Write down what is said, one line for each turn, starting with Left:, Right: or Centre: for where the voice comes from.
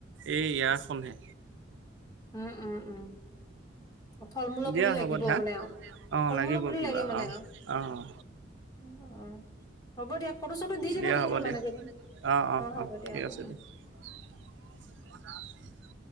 Right: এই ইয়াৰখনহে।
Left: উম, উম, উম, ফল-মূলৰ
Right: দিয়া
Left: পুলি
Right: হ'ব
Left: লাগিব
Right: দিয়া
Left: মানে আৰু।
Right: অ',
Left: ফল
Right: লাগিব
Left: মূলৰ পুলি
Right: কিবা
Left: লাগে মানে
Right: অ,
Left: আৰু
Right: অ, অ,
Left: <unintelligible> হ'ব দিয়া ফটো-চটো দি দিবা
Right: দিয়া
Left: তথাপিও
Right: হ'ব দিয়া।
Left: মানুহজনী,
Right: অঁ অঁ
Left: অ', হ'ব
Right: অঁ
Left: দিয়া
Right: ঠিক
Left: উম,
Right: আছে
Left: উম,
Right: <unintelligible>